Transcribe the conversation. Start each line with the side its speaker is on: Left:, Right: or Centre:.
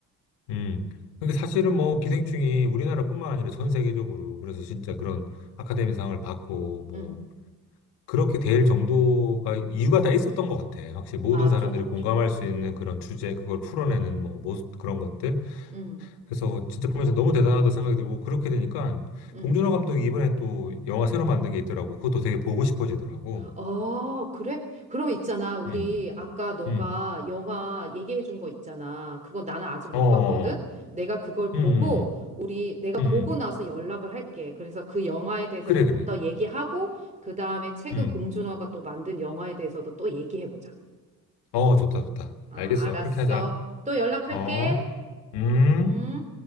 Left: 음. 근데
Right: 음,
Left: 사실은 뭐 기생충이 우리나라뿐만 아니라 전 세계적으로 그래서 진짜 그런 아카데미상을 받고 뭐
Right: 음,
Left: 그렇게 될 정도가 이유가 다 있었던 것 같아. 확실히 모든
Right: 맞아,
Left: 사람들이
Right: 맞아.
Left: 공감할 수 있는 그런 주제, 그걸 풀어내는 뭐 모습 그런 것들.
Right: 음,
Left: 그래서 진짜 보면서 너무 대단하다 생각이 들고 그렇게 되니까
Right: 음.
Left: 봉준호 감독이 이번에 또 영화 새로 만든 게 있더라고. 그것도 되게 보고 싶어지더라고.
Right: 아, 그래? 그럼 있잖아. 우리
Left: 음.
Right: 아까 너가
Left: 음.
Right: 영화 얘기해 준 거 있잖아. 그건 나는 아직 못
Left: 어. 어. 어.
Right: 봤거든? 내가 그걸
Left: 음.
Right: 보고,
Left: 음.
Right: 우리, 내가
Left: 음. 음. 음.
Right: 보고 나서 연락을 할게. 그래서 그 영화에 대해서
Left: 그래
Right: 조금
Left: 그래.
Right: 더 얘기하고, 그 다음에 최근
Left: 음.
Right: 봉준호가 또 만든 영화에 대해서도 또 얘기해 보자.
Left: 어, 좋다 좋다.
Right: 아,
Left: 알겠어.
Right: 알았어.
Left: 그렇게 하자.
Right: 또 연락할게.
Left: 어, 음.
Right: 음.